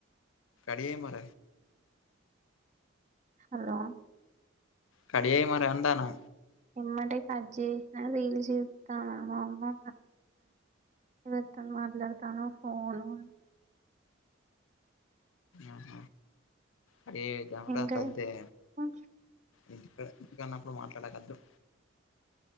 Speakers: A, on the left; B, on the right.
A: అరే మర
B: హలో
A: కడియి మరంటానా
B: ఎమ్మడ కజ రీల్స్తాను అమ్మ అమ్తా మాట్లాడుతాను ఫోను
A: ఆహ అతేట
B: ఇంకా
A: సద్దే
B: ఎక్కువ
A: ఇ ఇందుకన్నప్పుడు మాట్లాడకదు